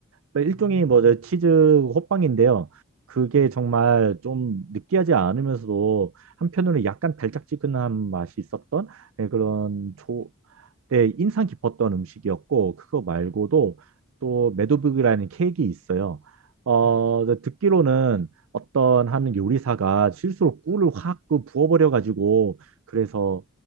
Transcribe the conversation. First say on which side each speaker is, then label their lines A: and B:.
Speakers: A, on the right; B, on the right.
A: 그러니까
B: 오,
A: 일종의 뭐저 치즈 호빵인데요. 그게
B: 네,
A: 정말 좀 느끼하지 않으면서도 한편으로는 약간 달짝지근한 맛이 있었던 예, 그런 조, 예, 인상 깊었던 음식이었고 그거 말고도 또 메도빅이라는 케이크가 있어요. 어,
B: 네.
A: 듣기로는 어떤 한 요리사가 실수로 꿀을 확 그 부어버려 가지고 그래서